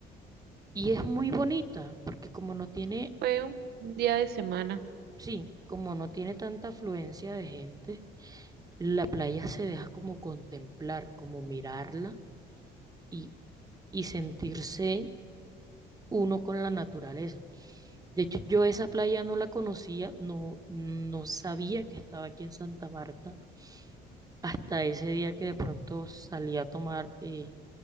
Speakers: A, on the right; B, on the right.
A: y es muy bonita porque como no tiene,
B: Fue un un día de semana.
A: sí, como no tiene tanta afluencia de gente, la playa se deja como contemplar, como mirarla y, y sentirse uno con la naturaleza. De hecho, yo esa playa no la conocía, no, no sabía que estaba aquí en Santa Marta hasta ese día que de pronto salí a tomar eh,